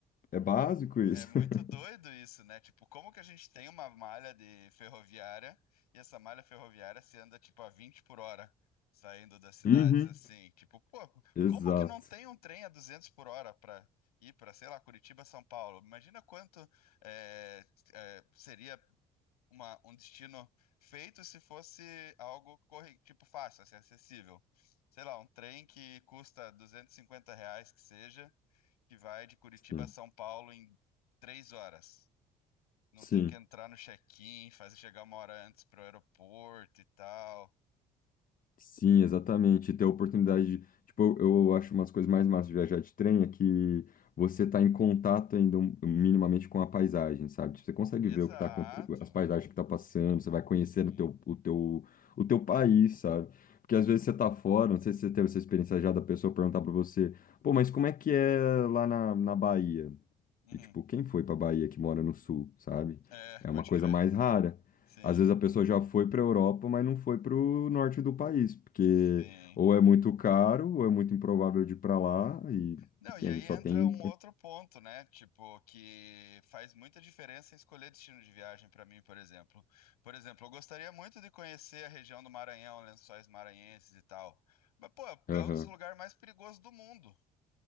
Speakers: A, on the left; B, on the left.
A: é básico isso.
B: É muito
A: <laughs>
B: doido isso, né? Tipo, como que a gente tem uma malha de ferroviária e essa malha ferroviária se anda tipo a 20 por hora saindo das cidades
A: Uhum,
B: assim? Tipo, pô,
A: exato.
B: como que não tem um trem a 200 por hora para ir para, sei lá, Curitiba, São Paulo? Imagina quanto é, é, seria uma- um destino feito se fosse algo corri- tipo fácil, assim, acessível. Sei lá, um trem que custa 250 reais que seja que vai de Curitiba
A: Sim,
B: a São Paulo em três horas. Não
A: sim.
B: tem que entrar no check-in, fazer chegar uma hora antes pro aeroporto e tal.
A: Sim, exatamente. E Ter a oportunidade de, tipo, eu, eu acho umas coisas mais massas de viajar de trem é que você tá em contato ainda um- minimamente com a paisagem, sabe? Tipo, você consegue
B: Exato.
A: ver o que tá acontecendo, as paisagens que tá passando, você vai conhecendo
B: Sim.
A: o teu, o teu, o teu país, sabe? Porque às vezes você tá fora, não sei se você teve essa experiência já da pessoa perguntar pra você, pô, mas como é que é lá na, na Bahia?
B: Uhum.
A: E, tipo, quem foi pra Bahia que mora no sul, sabe?
B: É,
A: É
B: pode
A: uma coisa
B: crer.
A: mais rara.
B: Sim,
A: Às vezes a pessoa já foi pra Europa, mas não foi pro norte do país, porque
B: sim.
A: ou é muito caro, ou é muito improvável de ir pra lá, e,
B: Não,
A: enfim,
B: e
A: a
B: aí
A: gente
B: entra
A: só tem.
B: um outro ponto, né? Tipo, que faz muita diferença em escolher destino de viagem para mim, por exemplo. Por exemplo, eu gostaria muito de conhecer a região do Maranhão, Lençóis Maranhenses e tal. Mas, pô, é
A: Aham.
B: um dos lugares mais perigosos do mundo.